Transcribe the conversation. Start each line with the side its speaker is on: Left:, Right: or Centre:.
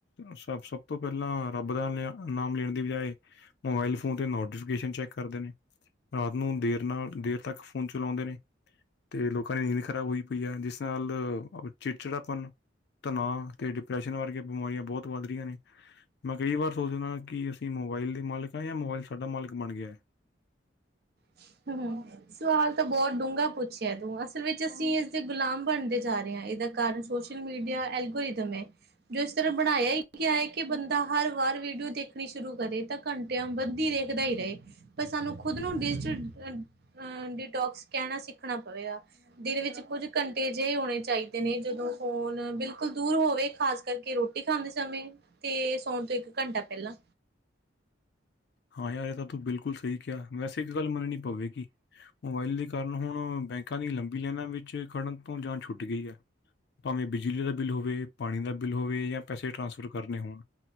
Left: ਸਭ ਤੋਂ ਪਹਿਲਾਂ ਰੱਬ ਦਾ ਲਿਆ ਨਾਮ ਲੈਣ ਦੀ ਬਜਾਏ ਮੋਬਾਇਲ ਫੋਨ ਤੇ ਨੋਟੀਫਿਕੇਸ਼ਨ ਚੈੱਕ ਕਰਦੇ ਨੇ ਰਾਤ ਨੂੰ ਦੇਰ ਨਾਲ ਦੇਰ ਤੱਕ ਫ਼ੋਨ ਚਲਾਉਂਦੇ ਨੇ। ਤੇ ਲੋਕਾਂ ਦੀ ਨੀਂਦ ਖ਼ਰਾਬ ਹੋਈ ਪਈ ਆ ਜਿਸ ਨਾਲ ਚਿੜਚਿੜਾਪਨ। ਤਨਾਂਅ ਤੇ ਡਿਪਰੈਸ਼ਨ ਵਰਗੀਆਂ ਬਿਮਾਰੀਆਂ ਬਹੁਤ ਵੱਧ ਰਹੀਆਂ ਨੇ। ਮੈਂ ਕਈ ਵਾਰ ਸੋਚਦਾ ਕਿ ਅਸੀਂ ਮੋਬਾਇਲ ਦੇ ਮਾਲਕ ਆ ਜਾਂ ਮੋਬਾਇਲ ਸਾਡਾ ਮਾਲਕ ਬਣ ਗਿਆ।
Right: <unintelligible> ਸਵਾਲ ਤਾਂ ਬਹੁਤ ਡੂੰਘਾ ਪੁੱਛਿਆ ਤੂੰ ਅਸਲ ਵਿੱਚ ਅਸੀਂ ਇਸਦੇ ਗੁਲਾਮ ਬਣਦੇ ਜਾ ਰਹੇ ਆ ਇਹਦਾ ਕਾਰਨ ਸੋਸ਼ ਸੋਸ਼ਲ ਮੀਡੀਆ ਐਲਗੋ ਇਦਮ ਨੇ ਜੋ ਇਸ ਤਰ੍ਹਾਂ ਬਣਾਇਆ ਹੀ ਗਿਆ ਐ, ਕਿ ਬੰਦਾ ਹਰ ਵਾਰ ਵੀਡੀਓ ਦੇਖਣੀ ਸ਼ੁਰੂ ਕਰੇ ਤਾਂ ਘੰਟਿਆਂ ਵੱਦੀ ਦੇੇਖਦਾ ਹੀ ਰਹੇ ਪਰ ਸਾਨੂੰ ਖੁਦ ਨੂੰ ਡਿਜ਼ੀਟਲ ਡਿਟੋਕਸ ਕਹਿਣਾ ਸਿੱਖਣਾ ਪਵੇਗਾ। ਦਿਨ ਵਿੱਚ ਕੁੱਝ ਘੰਟੇ ਅਜਿਹੇ ਹੋਣੇ ਚਾਹੀਦੇ ਨੇ ਜਦੋਂ ਫੋਨ ਬਿਲਕੁਲ ਦੂਰ ਹੋਵੇ ਖਾਸ ਕਰਕੇ ਰੋਟੀ ਰੋਟੀ ਖਾਂਦੇ ਸਮੇਂ ਤੇ ਸੌਣ ਤੋਂ ਇੱਕ ਘੰਟਾ ਪਹਿਲਾਂ।
Left: ਹਾਂ ਯਾਰ ਇਹ ਤਾਂ ਤੂੰ ਬਿਲਕੁਲ ਸਹੀ ਕਿਹਾ ਵੈਸੇ ਵੀ ਗੱਲ ਮੰਨਣੀ ਪਵੇਗੀ ਮੋਬਾਇਲ ਦੇ ਕੱਲ ਹੁਣ ਬੈਂਕਾਂ ਦੀ ਲੰਬੀ ਲਾਈਨਾਂ ਵਿੱਚ ਖੜਨ ਤੋਂ ਜਾਨ ਛੁੱਟ ਗਈ ਹੈ। ਭਾਵੇਂ ਬਿਜਲੀ ਦਾ ਬਿੱਲ ਹੋਵੇ ਪਾਣੀ ਦਾ ਬਿੱਲ ਹੋਵੇਂ ਜਾਂ ਪੈਸੇ ਟਰਾਂਸਫਰ ਕਰਨੇ ਹੋਣ